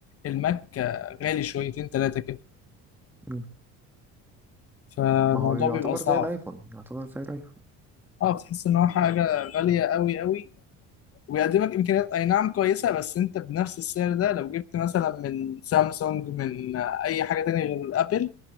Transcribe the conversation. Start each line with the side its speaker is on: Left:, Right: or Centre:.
Left: الماك غالي شويتين تلاتة كده
Centre: مم.
Left: فالموضوع
Centre: ما هو يعتبر
Left: بيبقى صعب
Centre: زي الأيفون يعتبر زي الأيفون
Left: اه بتحس ان هو حاجة غالية قوي قوي ويقدمك امكانيات اي نعم كويسة بس انت بنفس السعر ده لو جبت مثلا من سامسونج من اي حاجة تانية غير ابل